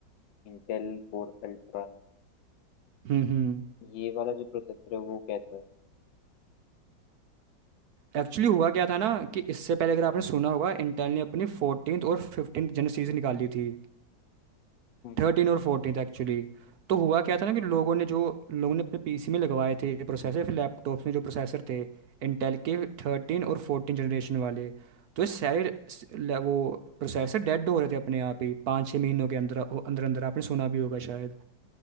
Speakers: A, on the left (about 75°); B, on the right (about 65°).
A: इंटेल कोर अल्ट्रा
B: हम्म हम्म
A: ये वाला जो प्रोसेसर है वो कैसा है
B: एक्चुअली हुआ क्या था ना कि इससे पहले अगर आपने सुना होगा इंटेल ने अपनी फोर्टीन और फिफ्टीन जनरल सीरीज निकाली थी
A: हम्म,
B: थर्टीन और फोर्टीन एक्चुअली तो हुआ क्या था ना कि लोगों ने जो लोगों ने अपने पीसी में लगवाए थे ये प्रोसेसर फिर लैपटॉप्स में जो प्रोसेसर थे इंटेल के थर्टीन और फोर्टीन जनरेशन वाले तो ये सारे स- ल- वो प्रोसेसर डेड हो रहे थे अपने आप ही पाँच छः महीनों के अंदर अंदर अंदर आपने सुना भी होगा शायद